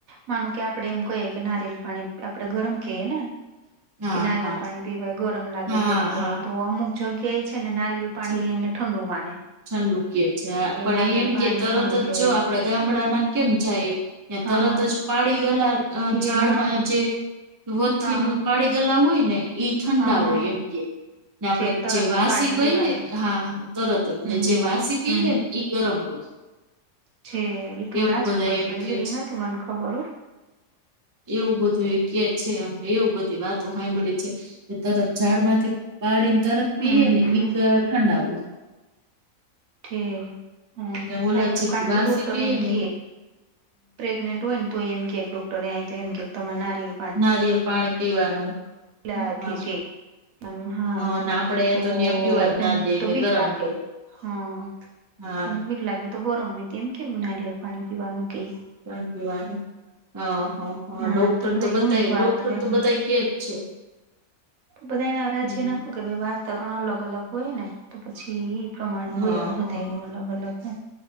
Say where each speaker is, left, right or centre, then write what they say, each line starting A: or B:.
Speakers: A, on the right; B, on the right.
A: માનું કે આપડે એમ કહીએ કે નારિયલ પાણી આપડે ગરમ કએ ને?
B: હા
A: કે નારિયેલ
B: હા
A: પાણી પીવાય ગરમ લાગે
B: હા
A: નો પીવાય
B: હા
A: એ તો અમુક જગ્યા એ છે ને નારિયલ પાણીને
B: છે.
A: ઠંડુ માને.
B: ઠંડુ કે છે હા પણ
A: નારિયેલ
B: એમ
A: પાણી
B: કે તરત
A: ઠંડુ
B: જ
A: કેવાય
B: જો આપડા ગામડામાં કેમ જાય. ત્યા
A: હા
B: તરત
A: હા
B: જ પાડી ગેલા અહ
A: પીએ
B: ઝાડમાં
A: ને હા
B: જે વથી
A: હા હા
B: નું પાડી ગલ્લા હોય ને એ ઠંડા
A: હા હા
B: હોય એમ કે ને આપડે
A: છે તરત
B: જે વાસી
A: પાડીને
B: કહીએ
A: પીવાના
B: હા તરત
A: હમ
B: જે
A: હમ
B: વાસી પી
A: હમ
B: ને ઈ ગરમ હોય.
A: છે એ ટુ
B: એવું
A: આજ
B: બધા
A: ખબર
B: એમ
A: પેલી
B: કે
A: એ
B: છે.
A: નથી મને ખબર હો.
B: એવું બધું એ કેહ છે એવું બધી વાત તું હાંભળી છે એ તરત ઝાડ માંથી પાડીને તરત પીય
A: હમ
B: ને
A: હમ
B: ઈ અહ ઠંડા હોય.
A: થે હા
B: ને ઓલા
A: અહી
B: જે
A: તો કારણ
B: વાસી
A: કે ડોક્ટર
B: પીએ
A: એમ
B: ને
A: ક પ્રેગ્નેન્ટ હોય તો એમ કેક ડોક્ટરે આ તો એમ કે તમાર નારિયલ
B: નારિયલ પાણી પીવાનું.
A: લા આથી
B: હા
A: જે ના હા
B: અને આપડે
A: તો
B: ત્યાં પીવા
A: એને
B: જ ના દે
A: તો
B: કે
A: બીક
B: ગરમ
A: લાગે.
B: હોય
A: હા
B: હા
A: થોડીક બીક લાગે તો ગરમ હોય એમ કેમ નારિયાળ પાણી પીવાનું કે.
B: પણ પીવાની અહ હ હ
A: હા
B: ડોક્ટર
A: બધા
B: તો બધ
A: એ ઊંધું
B: ડોક્ટર
A: હાલતું એમ
B: તો બધા કે જ છે.
A: બધા એને અરાજ્ય
B: હમ
A: નાખ કે ભ વાતાવરણ અલગ અલગ હોય ને તો પછી ઈ પ્રમાણે
B: હા
A: હોય બધાનું
B: હા
A: અલગ અલગ.